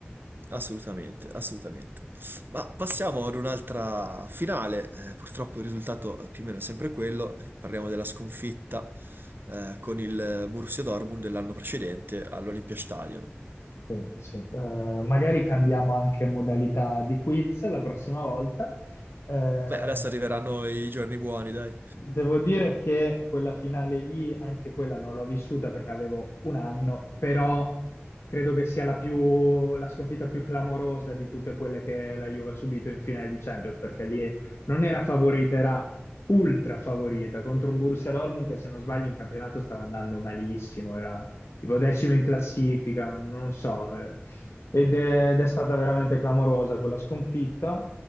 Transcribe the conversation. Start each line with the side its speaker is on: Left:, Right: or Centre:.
Right: Assolutamente, assolutamente. Ma passiamo ad un'altra finale. eh, purtroppo il risultato è più o meno sempre quello. Parliamo della sconfitta eh, con il Borussia Dortmund dell'anno precedente all'Olympiastadion.
Left: Sì, sì. Eh, magari cambiamo anche modalità di quiz la prossima volta. Eh,
Right: Beh, adesso arriveranno i giorni buoni, dai.
Left: Devo dire che quella finale lì, anche quella non l'ho vissuta perché avevo un anno, però credo che sia la più, la sconfitta più clamorosa di tutte quelle che la Juve ha subito in finale di Champions, perché lì non era favorita, era ultra favorita contro un Borussia Dortmund che se non sbaglio in campionato stava andando malissimo, era tipo decimo in classifica, non, non so, eh. ed è ed è stata veramente clamorosa quella sconfitta.